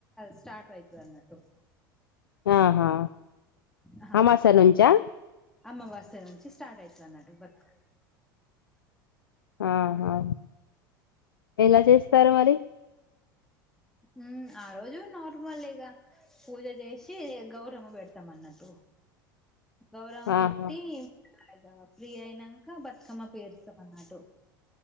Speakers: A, in the centre; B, on the left.
A: స్టార్ట్ అవుతుంది అన్నట్టు
B: ఆహా
A: ఆ
B: అమాస నుంచా
A: అమావాస్య నుంచి స్టార్ట్ అయితది అన్నాట్టు బతుక్
B: ఆహా ఎలా చేస్తారు మరి
A: ఉ ఆ రోజు నార్మల్ ఇగ పూజ చేసి గౌరవమ్మ పెడతాం అన్నట్టు గౌరవమ్మ పెట్టి
B: ఆహా
A: అలాగా ఫ్రీ అయినాక బతుకమ్మ పేరుస్తాం అన్నాటు